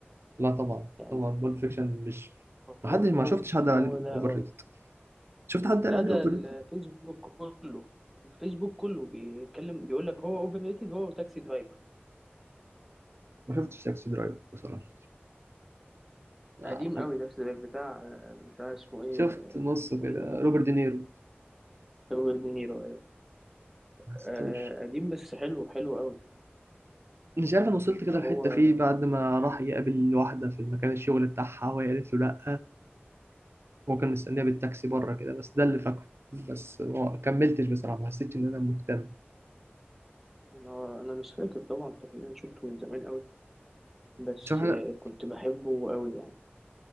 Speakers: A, on the right; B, in the centre.
A: لا طبعا
B: يعني
A: طبعا بول فيكشن مش ما
B: هو
A: حدش ما
B: هو
A: شفتش حد قال
B: هو
A: عليه
B: ده
A: اوفر
B: اه
A: ريتد شفت حد
B: لا
A: قال عليه
B: ده
A: اوفر
B: الفيسبوك
A: ريتد
B: كله الفيسبوك كله بيتكلم بيقول لك هو اوفر ريتد هو وتاكسي درايفر
A: ما شفتش تاكسي درايف بصراحه لا،
B: قديم
A: حد-
B: قوي تاكسي درايفر بتاع بتاع اسمه ايه
A: شفت نصه
B: اسمه
A: كده
B: ايه ده بنسى
A: روبرت دينيرو
B: روبرت دينيرو ايوه
A: ما حسيتوش
B: آه، قديم بس حلو حلو قوي
A: مش عارف انا وصلت كده
B: هو
A: الحته فيه بعد ما راح يقابل واحده في مكان الشغل بتاعها وهي قالت له لا هو كان مستنيها بالتاكسي بره كده بس ده اللي فاكره بس ما كملتش بصراحه ما حسيتش ان انا مهتم
B: انا انا مش فاكر طبعا طب انا شفته من زمان قوي بس
A: تشوف حاجه
B: آه، كنت بحبه قوي يعني